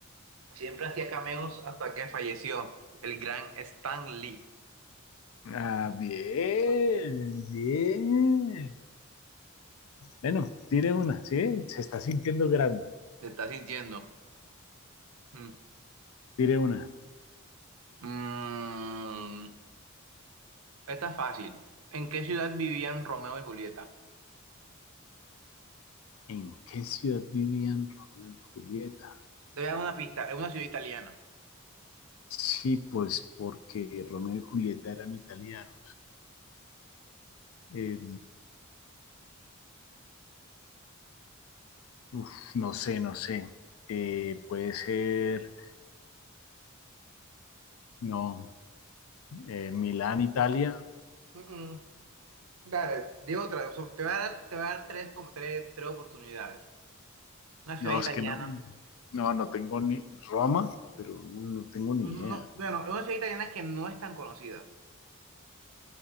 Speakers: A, on the right; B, on the left.
A: Siempre hacía cameos hasta que falleció el gran Stan Lee.
B: Ah, bien, bien. Bueno, tire una, ¿sí? Se está sintiendo grande.
A: Se está sintiendo. Mm.
B: Tire una.
A: Mm, Esta es fácil. ¿En qué ciudad vivían Romeo y Julieta?
B: ¿En qué ciudad vivían Romeo y Julieta?
A: Te voy a dar una pista. Es una ciudad italiana.
B: Sí, pues porque Romeo y Julieta eran italianos. Eh, uf, no sé, no sé. Eh, puede ser, no, eh, Milán, Italia,
A: Mm, mm. Dale, di otra. O sea, te voy a dar, te voy a dar tres, como- tres, tres oportunidades. Una ciudad
B: No,
A: italiana.
B: es que no, no, no tengo ni Roma, pero no, no tengo ni
A: No,
B: idea.
A: no, bueno, es una ciudad italiana que no es tan conocida.